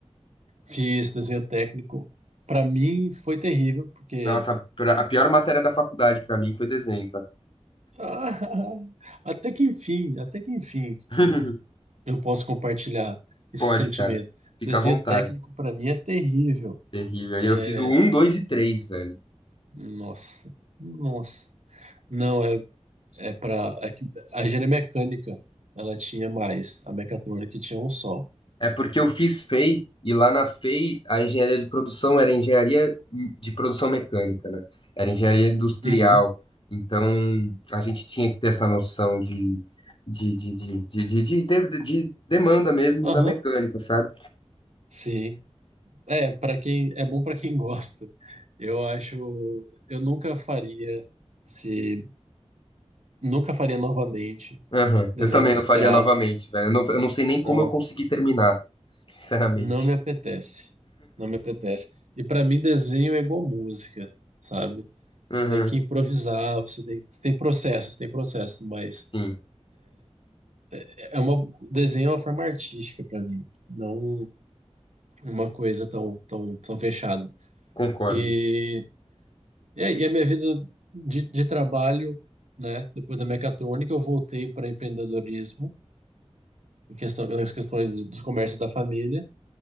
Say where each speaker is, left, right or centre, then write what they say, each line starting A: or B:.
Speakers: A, on the right; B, on the left.
A: Fiz desenho técnico. Para mim foi terrível, porque
B: Nossa, a pior matéria da faculdade para mim foi desenho, tá?
A: Ah, até que enfim, até que enfim,
B: <laughs>
A: eu posso compartilhar esse
B: Pode,
A: sentimento.
B: cara. Fica
A: Desenho
B: à vontade.
A: técnico para mim é terrível.
B: Terrível. E eu
A: É,
B: fiz o um 2 e três velho.
A: Nossa, nossa. Não, é, é para. É que a engenharia mecânica ela tinha mais, a mecatrônica tinha um só.
B: É porque eu fiz FEI, e I, e lá na FEI a engenharia de produção era engenharia de produção mecânica, né? Era engenharia industrial.
A: Uhum.
B: Então a gente tinha que ter essa noção de, de, de, de, de, de, de- de- de demanda mesmo
A: Aham,
B: da mecânica, sabe?
A: sim. É, para quem é bom para quem <laughs> gosta. Eu acho, eu nunca faria se nunca faria novamente
B: Aham.
A: desenho
B: Eu também
A: industrial.
B: não faria novamente, velho. Eu não, eu não sei nem como
A: Não,
B: eu consegui terminar, sinceramente.
A: Não me apetece. Não me apetece. E para mim, desenho é igual música, sabe?
B: Aham.
A: Você tem que improvisar, você tem, você tem processos, tem processos, mas
B: Sim,
A: é uma, desenho é uma forma artística para mim, não uma coisa tão, tão, tão fechada.
B: concordo.
A: E, e aí, a minha vida de, de trabalho, né? Depois da mecatrônica, eu voltei para empreendedorismo, em questão, nas questões dos comércios da família.